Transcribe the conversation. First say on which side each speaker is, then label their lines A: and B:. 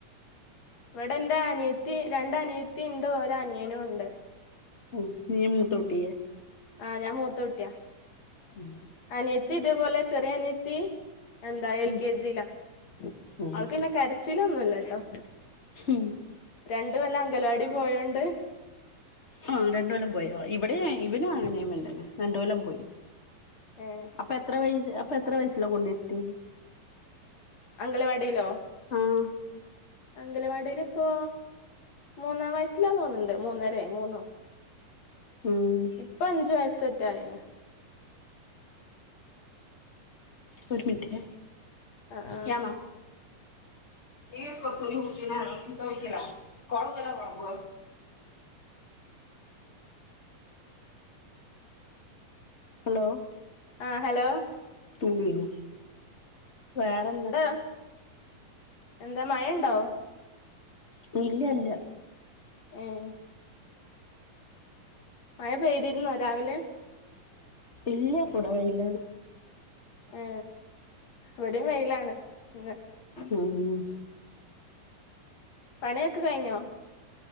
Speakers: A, on the left; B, on the left.
A: ഇവിടെ എന്റെ അനിയത്തി രണ്ട് അനിയത്തി ഉണ്ട് ഒര അനിയനും ഉണ്ട്
B: ഉ നി മൂത്തോട്ടിയെ
A: ആഹ് ഞാൻ മൂത്ത കുട്ടിയാ
B: ഉം
A: അനിയത്തി ഇതേ പോലെ ചെറിയ അനിയത്തി എന്താ എൽ
B: ഉം
A: കെ ജി യിലാ
B: ഓഹ്
A: അവൾക്ക്ന്നൊ കര ചിലൊന്നുയില്ലാട്ടോ
B: ഉം
A: രണ്ട് കൊല്ലം അംഗലവാടി പോയോണ്ട്
B: ആ രണ്ട് കൊല്ലം പോയോ ഇവിടെ ഇവനും അങ്ങനെയന്നെ രണ്ടു കൊല്ലം പോയി
A: ഏഹ്
B: അപ്പൊ എത്ര വയസ്സ് അപ്പൊ എത്ര വയസ്സില കൊണ്ടിരുത്തി
A: അംഗലവാടിയിലോ
B: ആഹ്
A: അംഗലവാടിൽ ഇപ്പോ മൂന്നാം വയസ്സിലാ തോന്നുന്നുണ്ട് മൂന്നര മൂന്നോ
B: ഉം
A: ഇപ്പൊ അഞ്ചു വയസറ്റെ ആയിണ്
B: ഒരു മിനിറ്റെ
A: ആഹ് ആഹ്
B: ക്യാമ ർ കൊത്ത നീ കുതി <unintelligible> കോൻ കരോ ബാബു ഹലോ
A: ആ ഹലോ
B: തുണിയോ വേറെ
A: ന്താ എന്താ മഴയുണ്ടോ
B: ഇല്ല ഇല്ല
A: ഏയ് മഴ പെയ്തിരുന്നോ രാവിലെ
B: ഇല്ല ഇപ്പവടെ വെയിലാണ്
A: ഏ ഇവിടെ വെയിലാണ് ഇന്ന്
B: ഉം
A: പണിയൊക്കെ കഴിഞ്ഞോ